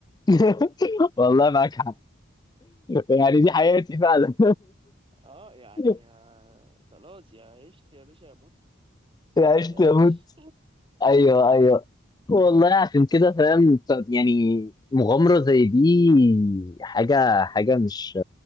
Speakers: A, on the left; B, on the right.
A: <laughs> والله معاك حق يعني دي حياتي فعلا
B: اه يعني
A: <laughs>
B: آه، خلاص يا عشت يا باشا يا موت
A: عشت
B: عيش
A: اموت ايوه ايوه والله عشان كده فاهم طب يعني مغامرة زي دي حاجة حاجة مش